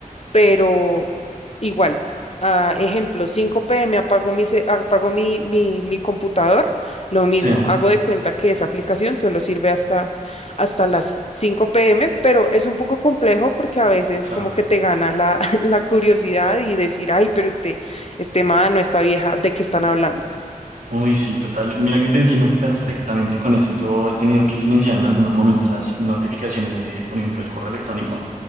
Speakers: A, on the left (about 50°); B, on the right (about 75°).
A: pero igual. ah, ejemplo, cinco p m apago mi, ce- apago mi, mi, mi computador, lo mismo,
B: sí,
A: hago de cuenta que esa aplicación solo sirve hasta, hasta las cinco p m pero es un poco complejo porque a veces
B: claro.
A: como que te gana la, <laughs> la curiosidad y decir, ay, pero este, este man o esta vieja, ¿de qué están hablando?
B: Uy, sí, total. Mira que te entiendo perfectamente con eso. Yo he tenido que silenciar en algunos momentos las notificaciones de, por ejemplo, el correo electrónico,